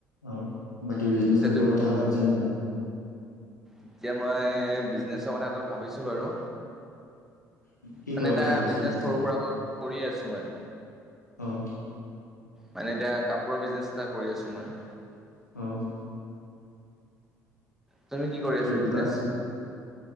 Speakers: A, on the left (about 80°); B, in the centre.
A: অ বাকী বিজনেজৰ
B: পিছে তুমি
A: কিবা কথা ভাবিছে নে নাই?
B: এতিয়া মই বিজনেচৰ কথাটো ভাবিছো বাৰু!
A: কি
B: মানে
A: কৰা
B: এটা
A: কথা ভাবিছা
B: বিজনেচ
A: এনে এতিয়া
B: সৰু সুৰাৰাকৈ কৰিয়ে আছো মই।
A: অঁ
B: মানে এতিয়া কাপোৰৰ বিজনেজ এটা কৰি আছো মই।
A: অ
B: তুমি কৰি
A: কি
B: আছা
A: দোকান,
B: বিজনেছ?